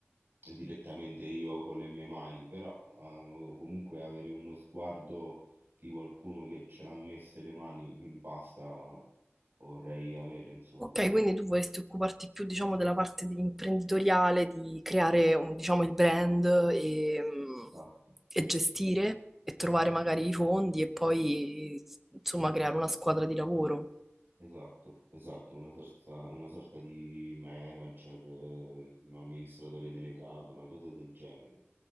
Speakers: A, on the right (about 60°); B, in the centre.
A: direttamente io con le mie mani, però eh, comunque avere uno sguardo di qualcuno che ce l'ha messe le mani in pasta vorrei avere, insomma.
B: Ok, quindi tu vorresti occuparti più, diciamo, della parte di- imprenditoriale, di creare un- diciamo, il brand e, mm,
A: Esatto,
B: e gestire e trovare magari
A: esatto,
B: i fondi e poi, insomma,
A: esatto,
B: creare una squadra di lavoro.
A: esatto, esatto, una sorta, una sorta di manager, eh, un amministratore delegato, una cosa del genere.